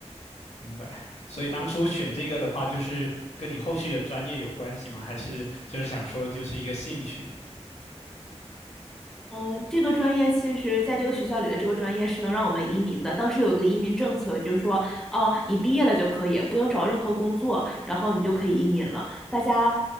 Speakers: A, on the left; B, in the centre.
A: 明白，所以当初选这个的话，就是跟你后续的专业有关系吗？还是就是想说就是一个兴趣？
B: 嗯，这个专业其实在这个学校里的这个专业是能让我们移民的。当时有一个移民政策，就是说，哦，你毕业了就可以，不用找任何工作，然后你就可以移民了。大家，